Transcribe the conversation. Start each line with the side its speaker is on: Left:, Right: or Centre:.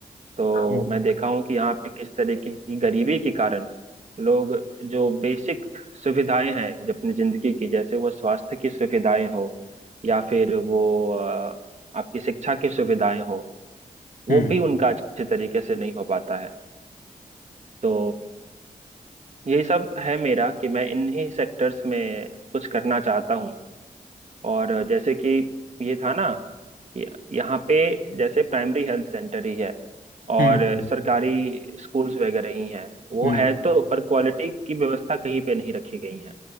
Right: तो
Left: हम्म
Right: मैं देखा हूँ कि यहाँ पे किस तरीके की गरीबी के कारण लोग जो बेसिक सुविधाएं हैं जो अपनी जिंदगी की जैसे वो स्वास्थ्य की सुविधाएं हो या फिर वो अ, आपकी शिक्षा की सुविधाएं हो वो
Left: हम्म
Right: भी उनका अच्छे तरीके से नहीं हो पाता है तो यही सब है मेरा कि मैं इन्हीं सेक्टर्स में कुछ करना चाहता हूँ और जैसे कि ये था ना कि यहाँ पे जैसे प्राइमरी हेल्थ सेंटर ही है और
Left: हम्म
Right: सरकारी स्कूल्स वगैरह ही हैं वो
Left: हम्म
Right: है तो पर क्वालिटी की व्यवस्था कहीं पे नहीं रखी गई है